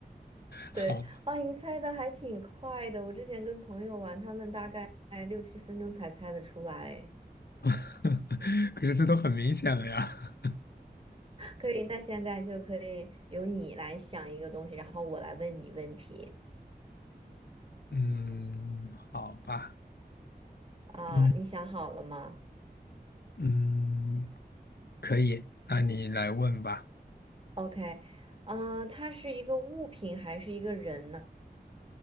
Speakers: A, on the left; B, on the right.
A: 好，
B: 对，哇，你猜的还挺快的。我之前跟朋友玩，他们大概六七分钟才猜得出来。
A: <laughs> 可是这都很明显了呀。
B: 可以，那现在就可以由你来想一个东西，然后我来问你问题。
A: <laughs> 嗯，好吧，
B: 啊，
A: 嗯
B: 你想好了吗？
A: 嗯，可以，那你来问吧。
B: OK，嗯、呃它是一个物品还是一个人呢？